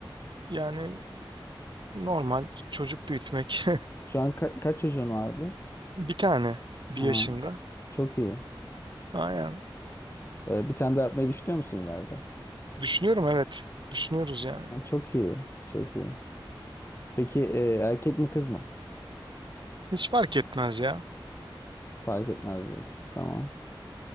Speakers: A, on the right; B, on the left.
A: yani normal çocuk büyütmek.
B: Şu an ka- kaç çocuğun vardı?
A: <laughs> Bir tane bir
B: Aa,
A: yaşında.
B: çok iyi.
A: Aynen.
B: Ee, bir tane daha yapmayı düşünüyor musun ileride?
A: Düşünüyorum evet. Düşünüyoruz yani.
B: Aa, çok iyi, çok iyi. Peki e, erkek mi kız mı?
A: Hiç fark etmez ya.
B: Fark etmez diyorsun. Tamam.